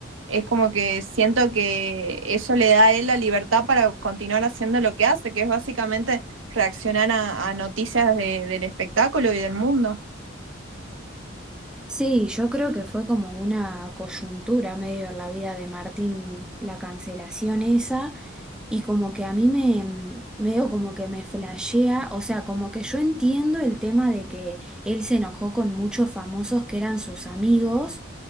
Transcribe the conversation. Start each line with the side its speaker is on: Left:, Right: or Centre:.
Right: es como que siento que eso le da a él la libertad para continuar haciendo lo que hace, que es básicamente reaccionar a, a noticias de, del espectáculo y del mundo.
Centre: Sí, yo creo que fue como una coyuntura medio en la vida de Martín, la cancelación esa, y como que a mí me, mm, medio como que me flashea, o sea, como que yo entiendo el tema de que él se enojó con muchos famosos que eran sus amigos,